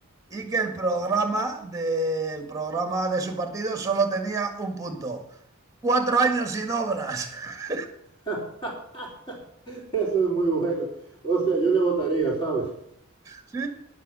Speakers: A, on the right; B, on the left.
A: y que el programa de, el programa de su partido solo tenía un punto. Cuatro años sin obras. <laughs>
B: <laughs> Eso es muy bueno. Hostia, yo le votaría, ¿sabes?
A: Sí.